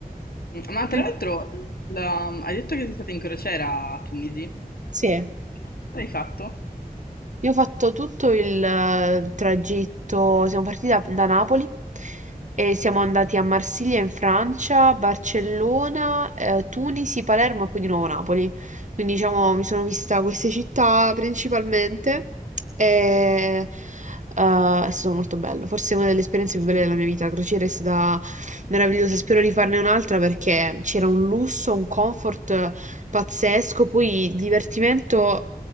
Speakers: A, on the left; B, on the right.
A: Mm, Ma tra
B: Pi-
A: l'altro, la- mm, hai detto che sei stata in crociera a Tunisi,
B: Sì.
A: cosa hai fatto?
B: Io ho fatto tutto il eh, tragitto, siamo partiti da, da Napoli e siamo andati a Marsiglia in Francia, Barcellona, eh, Tunisi, Palermo e poi di nuovo Napoli. Quindi diciamo mi sono vista queste città principalmente e eh, è stato molto bello. Forse una delle esperienze più belle della mia vita. La crociera è stata meravigliosa, spero di farne un'altra perché c'era un lusso, un comfort pazzesco, poi divertimento